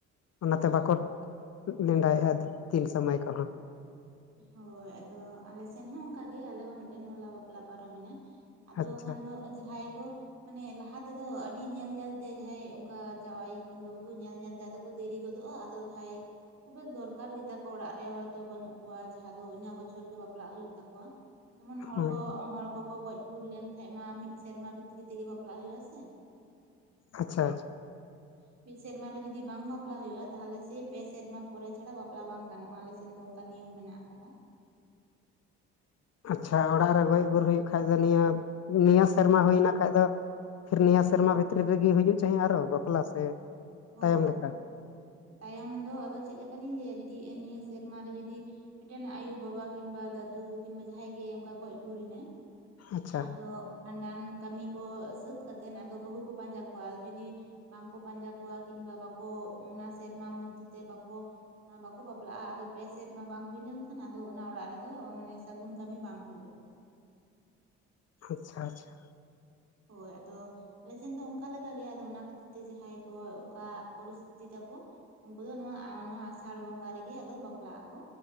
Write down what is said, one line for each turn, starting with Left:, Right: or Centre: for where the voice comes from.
Left: ᱚᱱᱟᱛᱮ ᱵᱟᱠᱚ ᱱᱮᱰᱟᱭᱮᱟ ᱛᱤᱱ ᱥᱚᱢᱚᱭ ᱠᱚ
Right: ᱦᱳᱭ ᱟᱫᱚ ᱟᱞᱮ ᱥᱮᱱ ᱦᱚᱸ ᱚᱱᱠᱟᱜᱮ ᱟᱞᱮ ᱦᱚᱸ ᱢᱤᱫᱴᱮᱱ ᱦᱚᱞᱟ ᱵᱟᱯᱞᱟ ᱯᱟᱨᱚᱢᱮᱱᱟ ᱟᱫᱚ
Left: ᱟᱪᱪᱷᱟ
Right: ᱠᱷᱟᱱ ᱫᱚ ᱡᱟᱦᱟᱸᱭ ᱠᱚ ᱢᱟᱱᱮ ᱞᱟᱦᱟ ᱛᱮᱫᱚ ᱟᱹᱰᱤ ᱧᱮᱞ ᱧᱮᱞᱛᱮ ᱡᱟᱦᱟᱸᱭ ᱚᱱᱠᱟ ᱡᱟᱶᱟᱭ ᱠᱤᱢᱵᱟ ᱵᱟᱹᱦᱩ ᱧᱮᱞ ᱧᱮᱞᱛᱮ ᱟᱫᱚ ᱠᱚ ᱫᱮᱨᱤ ᱜᱚᱫᱚᱜᱼᱟ ᱟᱫᱚ ᱡᱟᱦᱟᱸᱭ ᱠᱷᱩᱵᱮ ᱫᱚᱨᱠᱟᱨ ᱜᱮᱛᱟ ᱠᱚ ᱚᱲᱟᱜ ᱨᱮ ᱦᱚᱭᱛᱚ ᱵᱟᱹᱱᱩᱜ ᱠᱚᱣᱟ ᱡᱟᱦᱟᱸ ᱫᱚ ᱤᱱᱟᱹᱜ ᱵᱚᱪᱷᱚᱨ ᱜᱮ ᱵᱟᱯᱞᱟᱜ ᱦᱩᱭᱩᱜ ᱛᱟᱠᱚᱣᱟ ᱡᱮᱢᱚᱱ ᱦᱚᱲ
Left: ᱦᱳᱭ
Right: ᱠᱚ ᱦᱚᱲ ᱠᱚ ᱠᱚ ᱜᱚᱡ ᱜᱩᱨ ᱞᱮᱱ ᱠᱷᱟᱡ ᱢᱟ ᱢᱤᱫ ᱥᱮᱨᱢᱟ ᱵᱷᱤᱛᱨᱤ ᱛᱮᱜᱮ ᱵᱟᱯᱞᱟᱜ ᱦᱩᱭᱩᱜ-ᱟ ᱥᱮ
Left: ᱟᱪᱪᱷᱟ ᱟᱪᱷᱟ
Right: <inaudible> ᱢᱤᱫ ᱥᱮᱨᱢᱟ ᱨᱮ ᱡᱩᱫᱤ ᱵᱟᱝ ᱵᱟᱯᱞᱟ ᱦᱩᱭᱩᱜ-ᱟ ᱛᱟᱦᱚᱞᱮ ᱥᱮᱭ ᱯᱮ ᱥᱮᱨᱢᱟ ᱯᱚᱨᱮ ᱪᱷᱟᱰᱟ ᱵᱟᱯᱞᱟ ᱵᱟᱝ ᱜᱟᱱᱚᱜ-ᱟ ᱟᱞᱮ ᱥᱮᱱ ᱫᱚ ᱚᱱᱠᱟ ᱱᱤᱭᱚᱢ ᱢᱮᱱᱟᱜ ᱟᱠᱟᱫᱟ
Left: ᱟᱪᱪᱷᱟ ᱚᱲᱟᱜ ᱨᱮ ᱜᱚᱡ ᱜᱩᱨ ᱦᱩᱭᱩᱜ ᱠᱷᱟᱱ ᱫᱚ ᱱᱤᱭᱟᱹ ᱱᱤᱭᱟᱹ ᱥᱮᱨᱢᱟ ᱦᱩᱭᱱᱟ ᱠᱷᱟᱡ ᱫᱚ ᱯᱷᱤᱨ ᱱᱤᱭᱟᱹ ᱥᱮᱨᱢᱟ ᱵᱷᱤᱛᱨᱤ ᱨᱮᱜᱮ ᱦᱩᱭᱩᱜ ᱪᱟᱸᱦᱮ ᱟᱨᱚ ᱵᱟᱯᱞᱟ ᱥᱮ
Right: ᱦᱳᱭ
Left: ᱛᱟᱭᱚᱢ ᱞᱮᱠᱟ
Right: ᱛᱟᱭᱚᱢ ᱫᱚ ᱟᱫᱚ ᱪᱮᱫ ᱞᱮᱠᱟᱞᱤᱧ ᱞᱟᱹᱭᱟ ᱡᱩᱫᱤ ᱱᱤᱭᱟᱹ ᱥᱮᱨᱢᱟ ᱨᱮ ᱡᱩᱫᱤ ᱢᱤᱫᱴᱮᱱ ᱟᱭᱳ ᱵᱟᱵᱟ ᱠᱤᱱᱵᱟ ᱫᱟᱫᱩ ᱠᱤᱱᱵᱟ ᱡᱟᱦᱟᱸᱭ ᱜᱮ ᱚᱱᱠᱟ ᱜᱚᱡ ᱜᱩᱨ ᱮᱱᱟᱭ
Left: ᱟᱪᱪᱷᱟ
Right: ᱟᱫᱚ ᱵᱷᱟᱸᱰᱟᱱ ᱠᱟᱹᱢᱤ ᱠᱚ ᱥᱟᱹᱛ ᱠᱟᱛᱮᱫ ᱟᱫᱚ ᱵᱟᱹᱦᱩ ᱠᱚ ᱯᱟᱸᱡᱟ ᱠᱚᱣᱟ ᱡᱩᱫᱤ ᱵᱟᱝᱠᱚ ᱯᱟᱸᱡᱟ ᱠᱚ ᱠᱚᱣᱟ ᱠᱤᱝᱵᱟ ᱵᱟᱠᱚ ᱚᱱᱟ ᱥᱮᱨᱢᱟ ᱢᱚᱫᱽᱫᱷᱮ ᱛᱮ ᱵᱟᱠᱚ ᱵᱟᱠᱚ ᱵᱟᱯᱞᱟᱜ-ᱟ ᱟᱫᱚ ᱯᱮ ᱥᱮᱨᱢᱟ ᱵᱟᱝ ᱦᱩᱭ ᱞᱮᱱᱠᱷᱟᱱ ᱟᱫᱚ ᱚᱱᱟ ᱚᱲᱟᱜ ᱨᱮᱫᱚ ᱢᱟᱱᱮ ᱥᱟᱹᱜᱩᱱ ᱠᱟᱹᱢᱤ ᱵᱟᱝ ᱦᱩᱭᱩᱜ-ᱟ
Left: ᱟᱪᱪᱷᱟ ᱟᱪᱪᱷᱟ
Right: ᱦᱳᱭ ᱟᱫᱚ ᱟᱞᱮ ᱥᱮᱱ ᱫᱚ ᱚᱱᱠᱟ ᱞᱮᱠᱟ ᱜᱮ ᱟᱫᱚ ᱚᱱᱟ ᱠᱷᱟᱹᱛᱤᱨ ᱛᱮ ᱡᱟᱦᱟᱸᱭ ᱠᱚ ᱚᱱᱠᱟ ᱯᱚᱨᱤᱥᱛᱤᱛᱷᱤ ᱛᱟᱠᱚ ᱩᱱᱠᱩ ᱫᱚ ᱱᱚᱣᱟ ᱱᱚᱣᱟ ᱟᱥᱟᱲ ᱵᱚᱸᱜᱟ ᱨᱮᱜᱮ ᱟᱫᱚ ᱵᱟᱯᱞᱟᱜ ᱟᱠᱚ